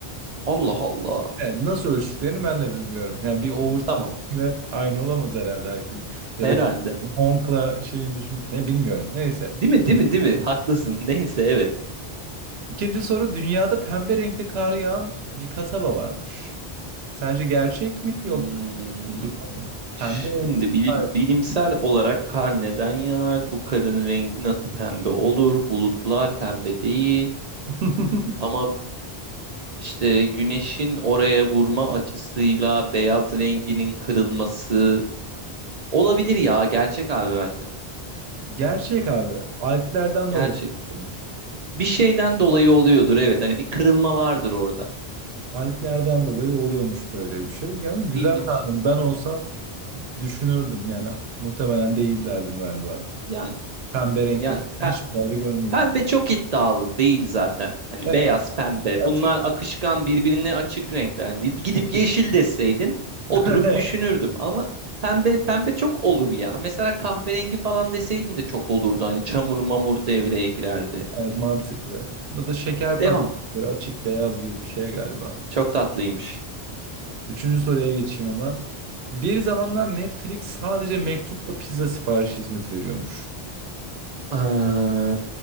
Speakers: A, on the right; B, on the right.
A: Allah Allah.
B: Evet, nasıl ölçtüklerini ben de bilmiyorum. Yani bir overthinking'le
A: Tamam
B: aynı olamaz herhalde herkes. Ya
A: herhalde.
B: da bir honkla şeyin düşün ne bilmiyorum. Neyse.
A: Değil mi değil mi değil mi? Haklısın. <laughs> Neyse evet.
B: İkinci soru dünyada pembe renkte kar yağan bir kasaba varmış. Sence gerçek mi yok
A: Hmm.
B: uydurma mı? Pembe
A: Şimdi
B: renkte
A: bilim,
B: kar.
A: bilimsel olarak kar neden yağar? Bu karın rengi nasıl pembe olur? Bulutlar pembe değil.
B: <laughs>
A: Ama işte güneşin oraya vurma açısıyla beyaz renginin kırılması olabilir ya. Gerçek abi bence bu.
B: Gerçek abi. Alplerden
A: Gerçek.
B: dolayı oluyormuş.
A: Bir şeyden dolayı oluyordur evet. Hani bir kırılma vardır orada.
B: Alplerden dolayı oluyormuş böyle bir şey. Yani güzel
A: İlginç.
B: tahmin. Ben olsa düşünürdüm yani. Muhtemelen değil derdim galiba.
A: Yani
B: Pembe renkte
A: yani
B: bir hiçbir yerde görmedim.
A: Pembe çok iddialı değil zaten. Hani
B: Evet
A: beyaz, pembe.
B: a-
A: Bunlar
B: açık.
A: akışkan birbirine açık renkler. Hani gidip yeşil deseydin oturup
B: <laughs>
A: düşünürdüm. Ama pembe pembe çok olur ya. Mesela kahverengi falan deseydin de çok olurdu. Hani çamur mamur devreye girerdi.
B: Evet, mantıklı. Bu da şeker
A: Devam.
B: pembe. Böyle açık beyaz gibi bir şey galiba.
A: Çok tatlıymış.
B: Üçüncü soruya geçeyim hemen. Bir zamanlar Netflix sadece mektupla pizza siparişi hizmet veriyormuş.
A: Aa,